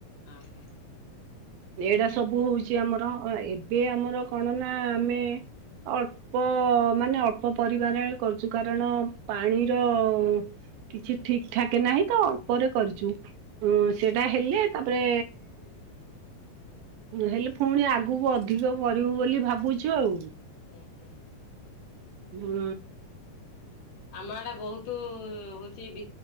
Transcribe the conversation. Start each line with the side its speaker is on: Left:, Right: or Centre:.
Left: ଆ ହା।
Right: ଏଇଡା ସବୁ ହଉଛି ଆମର। ଏବେ ଆମର କଣ ନା ଆମେ, ଅଳ୍ ଅଳ୍ପ ମାନେ ଅଳ୍ପ ପରି ମାଣରେ କରୁଛୁ। କାରଣ ପାଣିର କିଛି ଠିକ୍ ଠାକ ନାହିଁ ତ ଅଳ୍ପରେ କରିଛୁ। ହ ସେଟା ହେଲେ ତାପରେ ହେଲେ ଫୁଣି ଆଗକୁ ଅଧିକ କରିବୁ ବୋଲି ଭାବୁଛୁ ଆଉ।
Left: ଓହୋ।
Right: ହୁଁ।
Left: ଆମ ଆଡେ ବହୁତୁ ହଉଛି